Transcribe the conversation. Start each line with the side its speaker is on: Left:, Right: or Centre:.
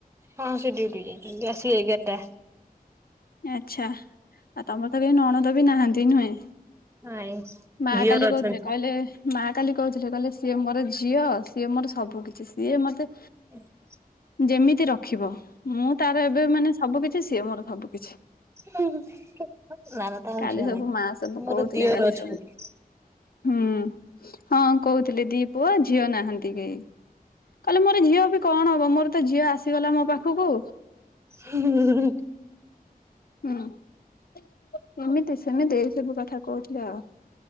Right: ହଁ ସେ ଡିଉଟି କି ଯାଇଛନ୍ତି ଆସିଲେ ଏଗାର ଟା।
Left: ଆଛା ଆଉ ତମର ତ କେ ନଣଦ ବି ନାହାନ୍ତି ନୁହେଁ?
Right: ନାଇଁ
Left: ମା
Right: ଦିଅର
Left: କାଲି
Right: ଅଛନ୍ତି।
Left: କହୁଥିଲେ କହିଲେ ମା କାଲି କହୁଥିଲେ କହିଲେ ସିଏ ମୋର ଝିଅ ସିଏ ମୋର ସବୁ କିିଛି ସିଏ ମତେ
Right: <inaudible>
Left: ଯେମିତି ରଖିବ ମୁଁ ତାର ଏବେ ମାନେ ସବୁ କିିଛି ସିଏ ମୋର ସବୁ କିିଛି।
Right: ନା ନା ତାଙ୍କ
Left: କାଲି
Right: ଝିଅ
Left: ସବୁ
Right: ନାହିଁ
Left: ମା ସବୁ
Right: ମୋର
Left: କହୁଥିଲେ
Right: ଦିଅର
Left: କାଲି
Right: ଅଛନ୍ତି।
Left: ସବୁ ହୁଁ। ହଁ କହୁଥିଲି ଦି ପୁଅ ଝିଅ ନାହାନ୍ତି କେହି। କହିଲେ ମୋର ଝିଅ ବି କଣ ହବ ମୋର ତ ଝିଅ ଆସିଗଲା ମୋ ପାଖକୁ।
Right: ହୁଁ
Left: ହୁଁ ଏମିତି ସେମିତି ଏଇ ସବୁ କଥା କହୁଥିଲେ ଆଉ।